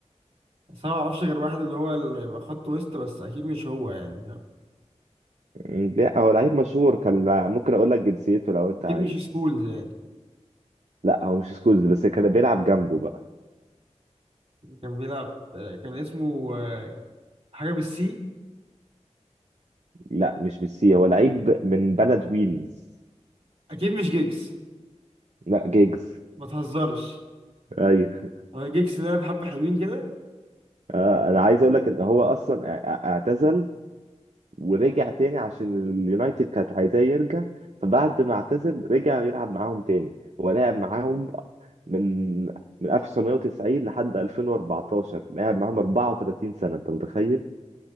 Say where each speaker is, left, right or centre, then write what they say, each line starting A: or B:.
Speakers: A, on the right (about 50°); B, on the right (about 70°).
A: بس أنا معرفش غير واحد اللي هو اللي يبقى خط وسط بس أكيد مش هو يعني فاهم؟
B: م، لا هو لعيب مشهور كان لع- ممكن اقول لك جنسيته لو انت
A: أكيد
B: عايز
A: مش سكولز يعني
B: لا هو مش سكولز بس كان بيلعب جنبه بقى
A: كان بيلعب آه، كان اسمه آه، حاجة بالسي
B: لا مش بالسي هو لعيب من بلد ويلز
A: أكيد مش جيجز
B: لا جيجز
A: ما تهزرش
B: <laughs> ايوه
A: هو جيكس لعب حبة حلوين كده
B: آه، انا عايز اقول لك ان هو اصلا اع- اعتزل ورجع تاني عشان اليونايتد كانت عايزاه يرجع فبعد ما اعتزل رجع يلعب معاهم تاني هو لعب معاهم من من 1990 لحد 2014 لعب معاهم 34 سنة انت متخيل